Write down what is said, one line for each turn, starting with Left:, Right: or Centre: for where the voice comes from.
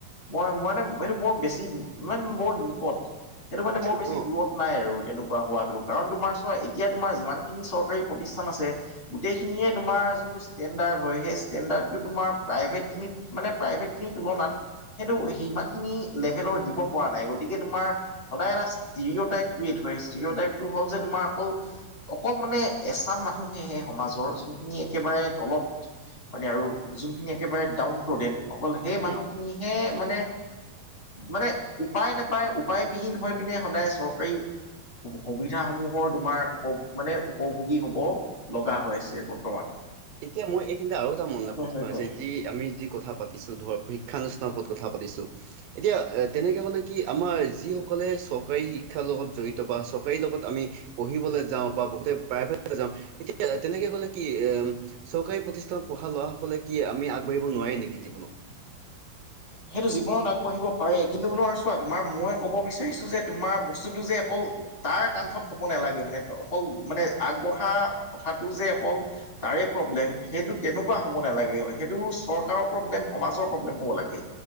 Left: মই মানে এইটো বৰ বেছি মানে বৰ নিকট সেইটো মানে বৰ বেছি
Right: অ',
Left: দূৰত নাই আৰু তেনেকুৱা হোৱাটো কাৰণ তোমাৰ চোৱা এতিয়া তোমাৰ যিমানখিনি চৰকাৰী প্ৰতিষ্ঠান আছে। গোটেইখিনিয়ে তোমাৰ যোনটো ষ্টেণ্ডাৰ্ড হয় সেই ষ্টেণ্ডাৰ্ডটো তোমাৰ প্ৰাইভেটখিনিক মানে প্ৰাইভেট খিনিৰ তুলনাত সেইটো সিমান খিনি লেভেলৰ দিব পৰা নাই গতিকে তোমাৰ সদায় এটা ষ্টিৰ টাইপটোৱে কৰেট হয় ষ্টিৰ টাইপটো হল যে তোমাৰ অকল অকল মানে এচাম মানুহেহে সমাজৰ যোনখিনি একেবাৰে তলত মানে আৰু যোনখিনি একেবাৰে ডাউন প্ৰডেন অকল সেই মানুহখিনিহে
Right: হুম,
Left: মানে মানে উপায় নাপায় উপায়বিহীন হৈ পিনে সদায় চৰকাৰী সুবিধাসমূহৰ তোমাৰ উপভ মানে উপভোগী হব লগা হৈছে বৰ্ত-
Right: এতিয়া মই এইখিনতে আৰু এটা মন
Left: হয়
Right: প্ৰশ্ন
Left: হয়
Right: হৈছে
Left: হয়
Right: যি আমি যি কথা পাত- তিছো ধৰ প্ৰিক্ষানুষ্ঠানৰ ওপৰত কথা পাতিছো। এতিয়া তেনেকৈ হ'লে কি আমাৰ যিসকলে চৰকাৰী শিক্ষাৰ লগত জড়িত বা চৰকাৰী লগত আমি পঢ়িবলৈ যাওঁ বা বহুতে প্ৰাইভেট যাওঁ এতিয়া তেনেকে গলে কি এম চৰকাৰী প্ৰতিষ্ঠানত পঢ়া লোৱাসকলে কি আমি আগবাঢ়ি নোৱাৰে নেকি জীৱনত?
Left: সেইটো জীৱনত আগবাঢ়িব পাৰে কিন্তু মোনোৱাৰ চোৱা তোমাৰ মই ক'ব বিচাৰিছোঁ যে তোমাৰ বস্তুটো যে অকল তাৰ কান্ধত হ'ব নালাগে মানে অকল মানে আগবঢ়া কথাটো যে অকল তাৰে প্ৰব্লেম সেইটো তেনেকুৱা হ'ব নালাগে সেইটো চৰকাৰৰ প্ৰব্লেম সমাজৰ প্ৰব্লেম হ'ব লাগে।